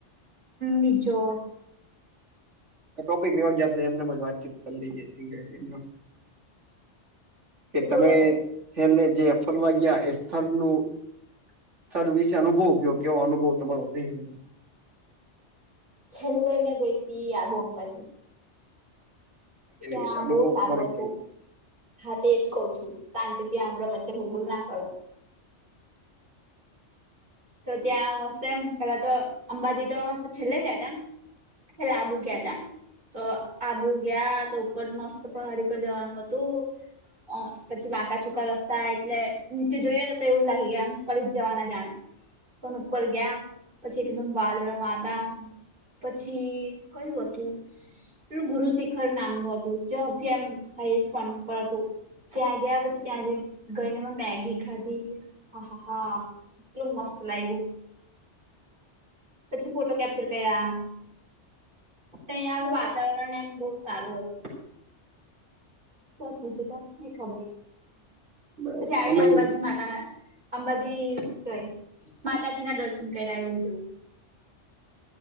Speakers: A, on the right; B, on the right.
A: બીજો.
B: આ ટોપિક જ આપડે એમને જ વાતચીત કરી લઈજે, ઈ જશે એમનું. કે,
A: તો
B: તમે
A: બોલો તો
B: છેલ્લે જે ફરવા ગયા એ સ્થળ નું સ્થળ વિશે અનુભવ ગયો કેવો? અનુભવ તમારો નહી હતો.
A: છેલ્લે ઈ મેં ગઈ હતી, આબો અંબાજી.
B: તેની
A: ત્યાં
B: વિશે અનુભવ
A: બહુ સારું
B: તમારો
A: હતું.
B: કેવો
A: હા, તે જ કઉું છું, શાંતિથીંળો વચ્ચે ભૂલબૂલ ના કરો. તો ત્યાં મસ્ત એમ પેલા તો અંબાજી તો છેલ્લે ગયા તમે. લાબુ ગયા તા. તો આબુ ગયા તો, ઉપર મસ્ત પહાડી પર જવાનું હતું. પછી બાકા છુકા રસ્તા એટલે નીચે જોઈએને, તો એવું લાગી, ગ આમ પડી જ જવા ના જાણે. પણ ઉપર ગયા, પછી એકદમ વાદળ મા હતા. પછી કયું હતું? એલું ગુરુ શિખર નામનું હતું, જે અતાર હ પણ પણ હતું. ત્યાં ગયા, પછી ત્યાં જ ગઈને, મેગી ખાધી હ હા. એટલી મસ્ત લાગે. પછી ફોટો કેપ્ચર કર્યા. તાહિયાનું વાતાવરણ એમ બહુ સારું હતું. બસ બીજું ત નઈ ખબર.
B: બરાબર
A: પછી
B: છે
A: આવીને
B: અમે
A: અંબાજી માતા ના અંબાજી કય, માતાજી ના દર્શન કર્યા, એવું થીયું.